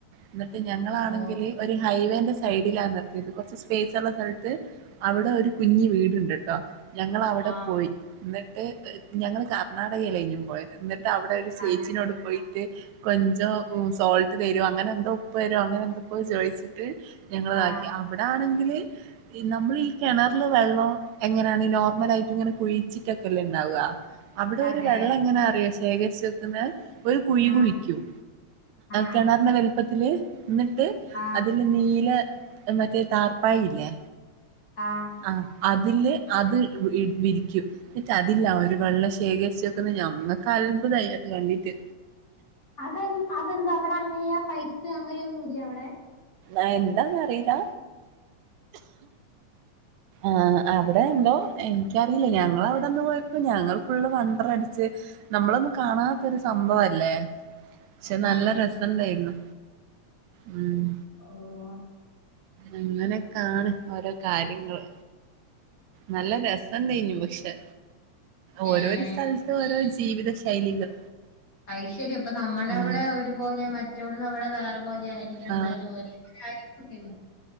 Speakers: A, on the right (about 80°); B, on the left (about 35°).
A: എന്നിട്ട് ഞങ്ങളാണെങ്കില്-
B: ഓ
A: ഒരു ഹൈവേന്റെ സൈഡിലാണ് നിർത്തിയത് കുറച്ച് സ്പേസ് ഉള്ള സ്ഥലത്ത് അവിടെ ഒരു കുഞ്ഞ് വീട് രസണ്ട്ട്ടോ ഞങ്ങള് അവിടെ
B: ആ
A: പോയി എന്നിട്ട് ഞങ്ങള് കർണാടകയിലഞ്ഞും പോയ എന്നിട്ട് അവിടെ ഒരു
B: കാരണം
A: ചേച്ചിനോട്
B: അറിയില്ല
A: പോയിട്ട് കൊഞ്ചം സോൾട്ട് തരോ അങ്ങനെ എന്തോ ഉപ്പ് തരോ അങ്ങനെ എന്തൊക്കെയോ ചോയിച്ചിട്ട് ഞങ്ങളിതാക്കി
B: ആ
A: അവിടെ ആണെങ്കില് നമ്മൾ ഈ കെണറില് വെള്ളം എങ്ങനെയാണ് ഈ നോർമൽ ആയിട്ട് ഇങ്ങനെ കുഴിച്ചിട്ടൊക്കെ അല്ലെ ഉണ്ടാവുക അവിടെ
B: അതെ
A: ഒരു വെള്ളം എങ്ങനാ അറിയ ശേഖരിച്ച് വെക്കുന്ന ഒരു കുഴി
B: ആ
A: കുഴിക്കും
B: ആ
A: കെണറിന്റെ വലി പ്പത്തില് എന്നിട്ട്
B: ആ
A: അതില് നീല മറ്റേ താർപ്പായ ഇല്ലേ
B: ആഹ്
A: ആഹ് അതില് അത് വിരിക്കും ഇത് അതില്ല ഒരു വെള്ളം ശേഖരിച്ച് വെക്കുന്ന ഞമ്മക്ക് അത്ഭുതമായി അത് കണ്ടിട്ട്
B: അതെ അതെന്താ അവിടെ അങ്ങനെയാ പൈപ്പ് അങ്ങനെയൊന്നും ഇല്ല അവിടെ
A: ആഹ് എന്താന്ന് അറിയില്ല ആഹ് അവിടെ എന്തോ എനിക്കറിയില്ല ഞങ്ങള് അവിടുന്ന് പോയപ്പോ ഞങ്ങൾ ഫുള്ള് വണ്ടർ അടിച്ച് നമ്മളൊന്നും കാണാത്തൊരു സംഭവല്ലേ പക്ഷെ
B: ആ
A: നല്ല രസണ്ടായിരുന്നു ഉം
B: ഓഹ്
A: അങ്ങനെയൊക്കാണ് ഓരോ കാര്യങ്ങള് നല്ല രസം ഉണ്ടായിനി പക്ഷെ ഓരോരു
B: ഏ
A: സ്ഥല ത്ത് ഓരോ ജീവിത ശൈലികൾ
B: അയ്ശെരിയാ അപ്പം നമ്മടെ
A: ഉം
B: അവിടെ ഒരുപോലെ മറ്റുള്ള അവിടെ വേറെ പോലെ ആയിരിക്കും
A: ആ
B: എന്തായാലും ആയിരിക്കൂല്ലല്ലോ